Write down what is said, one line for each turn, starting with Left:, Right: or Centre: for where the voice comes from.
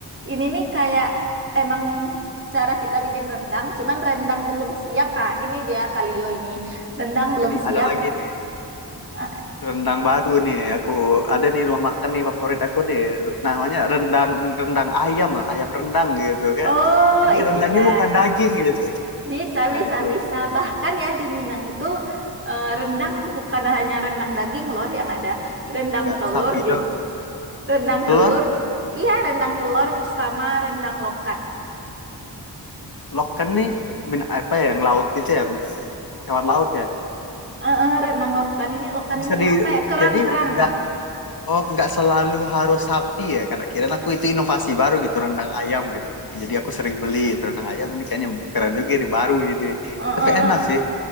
Right: ini nih kayak emang cara kita bikin rendang, cuman rendang belum siap. Ah, ini dia kalio ini. Rendang belum
Left: Ini
Right: siap.
Left: ada lagi nih.
Right: Ah,
Left: Rendang baru nih aku ada nih rumah makan nih favorit aku nih namanya rendang rendang ayam ayam rendang gitu kayak
Right: Oh,
Left: jadi
Right: i-
Left: rendangnya
Right: iya.
Left: bukan daging gitu
Right: Bisa,
Left: ya
Right: bisa,
Left: itu
Right: bisa. Bahkan ya di Minang itu eh, rendang bukan hanya rendang daging loh yang ada, rendang
Left: nggak
Right: telur
Left: sapi
Right: juga.
Left: dong
Right: Rendang
Left: telur
Right: telur, iya rendang telur sama rendang lokan.
Left: loken nih min apa ya yang laut gitu ya hewan laut ya
Right: Eh, eh, rendang lokan ini, lokan
Left: bisa
Right: ini
Left: di
Right: apa ya? Kerang-kerang.
Left: jadi nggak oh nggak selalu harus sapi ya karena kira aku itu inovasi baru gitu rendang ayam gitu jadi aku sering beli itu rendang ayam ini kayaknya keren juga ini baru ini
Right: Eh,
Left: tapi
Right: eh,
Left: enak
Right: eh.
Left: sih